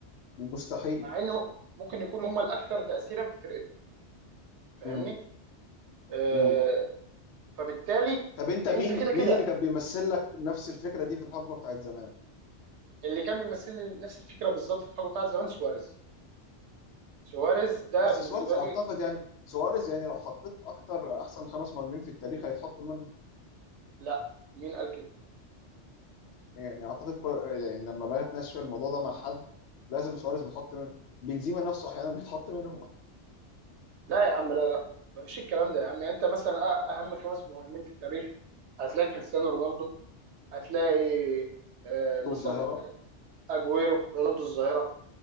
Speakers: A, on the left (about 70°); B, on the right (about 75°).
A: مستحيل
B: مع انه ممكن يكونوا هم الاكثر تاثيرا في فرقته فاهمني
A: مم.
B: آه،
A: مم.
B: فبالتالي
A: طب انت مين
B: انت كده
A: مين
B: كده
A: اللي كان بيمثل لك نفس الفكره دي في الحقبه بتاعت زمان
B: اللي كان بيمثل لي نفس الفكره بالظبط في الحقبه بتاعت زمان سواريز سواريز ده
A: بس
B: بالنسبه
A: سواريز اعتقد
B: لي
A: يعني سواريز يعني لو حطيت اكتر احسن خمس مهاجمين في التاريخ هيتحط منهم
B: لا مين قال كده
A: يعني اعتقد كل... يعني لما باجي اتناقش في الموضوع ده مع حد لازم سواريز بيتحط منه بنزيما نفسه احيانا بيتحط منهم
B: لا يا عم لا لا مفيش الكلام ده يا عم يعني انت مثلا أه- اهم خمس مهاجمين في التاريخ هتلاقي كريستيانو رونالدو هتلاقي آه،
A: <laughs> رونالدو
B: مثلا
A: الظاهره
B: اجويرو رونالدو الظاهره